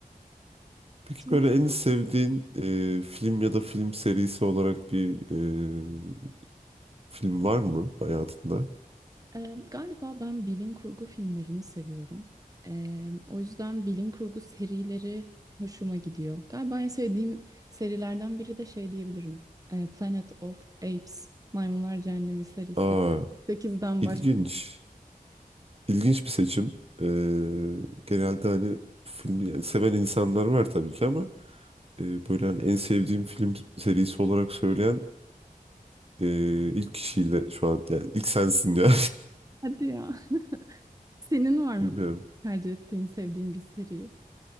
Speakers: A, on the right; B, on the right.
A: Peki
B: Şimdi
A: böyle
B: sen-
A: en sevdiğin e, film ya da film serisi olarak bir e, film var mı hayatında?
B: Eee, galiba ben bilim kurgu filmlerini seviyorum. Eee, o yüzden bilim kurgu serileri hoşuma gidiyor. Galiba en sevdiğim serilerden biri de şey diyebilirim. Eee, Planet of Apes, Maymunlar Cehennemi serisi.
A: Aa,
B: Sekizden
A: ilginç.
B: baş.
A: İlginç bir seçim. E, genelde hani filmi yani seven insanlar var tabii ki ama e, böyle hani en sevdiğim film serisi olarak söyleyen Ee, ilk kişiyle şu an yani ilk sensin ya.
B: Hadi ya. <laughs> Senin var mı
A: <laughs> Bilmiyorum.
B: tercih ettiğin, sevdiğin bir seri?